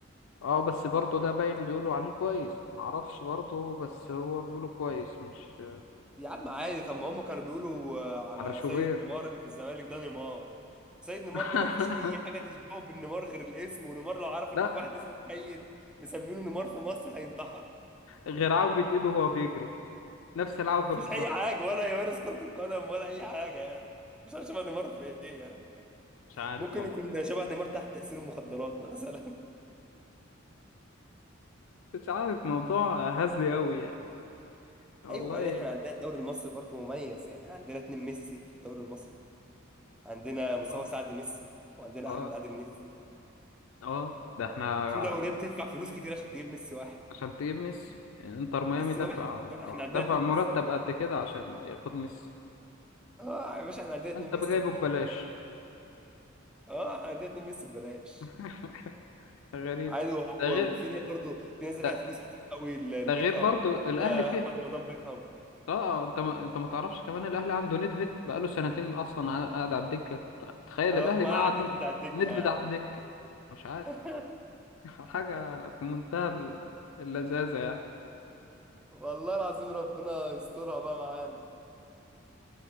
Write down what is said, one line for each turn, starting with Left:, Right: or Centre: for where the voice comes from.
Left: اه بس برضه ده باين بيقولوا عليه كويس معرفش برضه بس هو بيقولوا كويس مش
Centre: يا عم عادي طب ما هم كانوا بيقولوا آه،
Left: على
Centre: على
Left: شوبير
Centre: سيد نيمار اللي في الزمالك ده نيمار سيد نيمار
Left: <laughs>
Centre: ده ما فيش اي حاجه تشبهه بالنيمار غير الاسم ونيمار لو عرف
Left: لا
Centre: ان في واحد اسمه سيد مسمينه نيمار في مصر هينتحر
Left: غير عوجة ايده وهو بيجري نفس العوجة
Centre: ما فيش
Left: بالظبط
Centre: اي حاجه ولا يمارس كره القدم ولا اي حاجه يعني مش عارف شبه نيمار في ايه يعني
Left: مش عارف
Centre: ممكن
Left: والله
Centre: يكون شبه نيمار تحت تاثير المخدرات <laughs> مثلا
Left: مش عارف موضوع هزلي قوي يعني والله
Centre: ايوه وبعدين
Left: يعني.
Centre: احنا عندنا الدوري المصري برضو مميز يعني عندنا اتنين ميسي في الدوري المصري عندنا مصطفى
Left: اه
Centre: سعد ميسي وعندنا
Left: اه
Centre: احمد عادل ميسي
Left: اه ده احنا
Centre: في دوريات بتدفع فلوس كتير عشان تجيب ميسي واحد
Left: عشان تجيب ميسي انتر ميامي
Centre: ميسي
Left: دفع
Centre: واحد احنا عندنا احنا عندنا
Left: دفع
Centre: اتنين
Left: مرتب
Centre: ميسي
Left: قد كده عشان ياخد ميسي
Centre: اه يا باشا احنا عندنا اتنين
Left: انت
Centre: ميسي
Left: جايبه
Centre: يا باشا
Left: ببلاش
Centre: اه احنا عندنا اتنين ميسي ببلاش
Left: <laughs> غريب
Centre: عادي و-
Left: ده
Centre: و-
Left: غير
Centre: وفي ناس برضو في ناس دفعت
Left: ده,
Centre: فلوس كتير قوي ل-
Left: ده
Centre: لبيكهام
Left: غير برضو الاهلي
Centre: يا
Left: فيه
Centre: احمد رمضان بيكهام
Left: اه اه، انت ما انت ما تعرفش كمان الاهلي عنده نيدفيد بقاله سنتين اصلا قاعد على الدكه تخيل
Centre: اه
Left: الاهلي
Centre: ما
Left: ما
Centre: قعد
Left: قعد
Centre: نت
Left: ن-
Centre: بتاع الدكه
Left: نيدفيد
Centre: يا
Left: على
Centre: عم
Left: الدكه مش عارف
Centre: <laughs>
Left: <laughs> حاجه في منتهى ال- اللذاذه يعني
Centre: والله العظيم ربنا يسترها بقى معانا